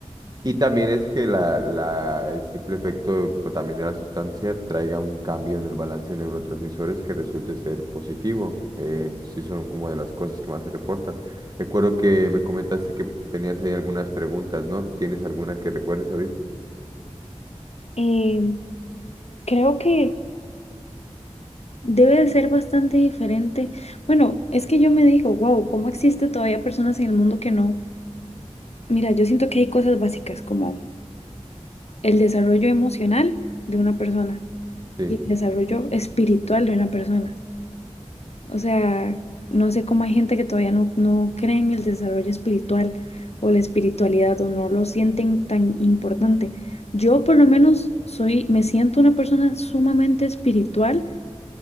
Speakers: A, on the right; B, on the left.
A: y también es que la, la- el simple efecto pues, también de la sustancia traiga un cambio en el balance de neurotransmisores que resulte ser positivo, eh, si son como de las cosas que más se reportan. Recuerdo que me comentaste que tenías ahí algunas preguntas, ¿no? ¿Tienes alguna que recuerdes ahorita?
B: Eh, creo que debe de ser bastante diferente. Bueno, es que yo me digo, wow, ¿cómo existe todavía personas en el mundo que no? Mira, yo siento que hay cosas básicas como el desarrollo emocional de una persona
A: Sí,
B: y el desarrollo espiritual de una persona. O sea, no sé cómo hay gente que todavía no, no cree en el desarrollo espiritual o la espiritualidad o no lo sienten tan importante. Yo por lo menos soy, me siento una persona sumamente espiritual